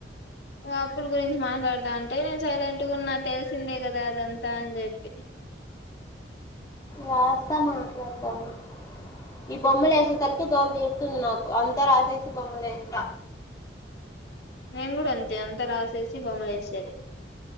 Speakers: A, on the left; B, on the left.
A: ఆప్పుల గురించి మాట్లాడతా అంటే నేను సైలెంట్ గా ఉన్నా తెలిసిందే కదా అదంతా అని చెప్పి
B: వస్తా మాట్లాడుతన్నా ఈ బొమ్మలు వేసే తలకి దోళ తీరుతుంది నాకు అంత రాసేసి బొమ్మలు వేస్తా
A: నేను కుడా అంతే అంతా రాసేసి బొమ్మ వేసేది